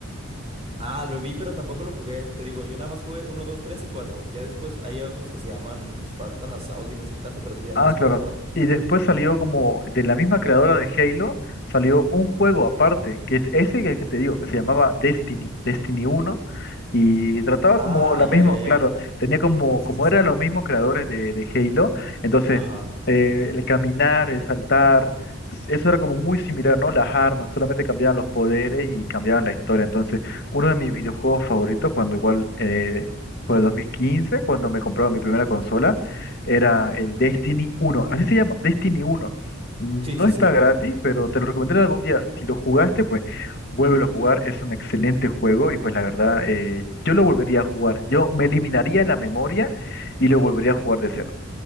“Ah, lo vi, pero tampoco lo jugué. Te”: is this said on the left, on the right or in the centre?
Right